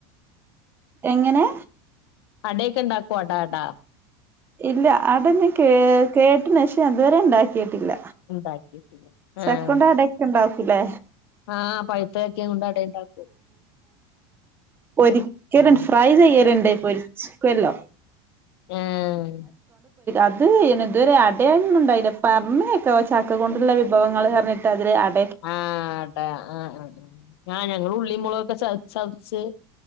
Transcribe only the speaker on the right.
എങ്ങനെ
ഇല്ല അടൊന്നും കേ കേട്ടനക്ഷേ അതുവരെ ഉണ്ടാക്കിട്ടില്ല.
ചക്കണ്ട്
അടൊക്കെ ഉണ്ടാക്കൂല്ലേ
പൊരിക്കലും
ഫ്രൈചെയ്യരുണ്ട് പൊരിച്ക്കല്ലോ
അത് ഇതുവരെ അടയാനുണ്ടായില്ല പറഞ്ഞക്കെ ചക്ക കൊണ്ടുള്ള വിഭവങ്ങൾ പറഞ്ഞിട്ട് അതില്അട